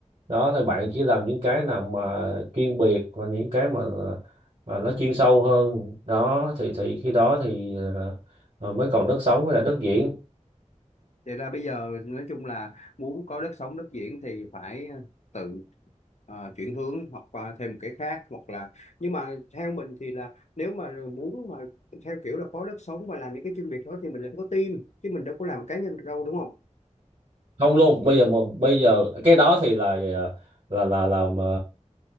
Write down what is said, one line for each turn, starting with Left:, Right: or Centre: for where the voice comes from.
Right: đó thì bạn chỉ làm những cái nào mà chuyên biệt và những cái mà, mà nó chuyên sâu hơn đó thì thì khi đó thì à, à, mới còn đất sống với là đất diễn
Left: Vậy là bây giờ nói chung là muốn có đất sống đất diễn thì phải ờ, tự ờ, chuyển hướng hoặc qua thêm một cái khác hoặc là nhưng mà theo mình thì là nếu mà muốn mà theo kiểu là có đất sống và làm những cái chuyên biệt đó thì mình lại phải có team chứ mình đâu có làm cá nhân được đâu đúng không?
Right: không luôn bây giờ mà bây giờ cái đó thì là à, là là làm à,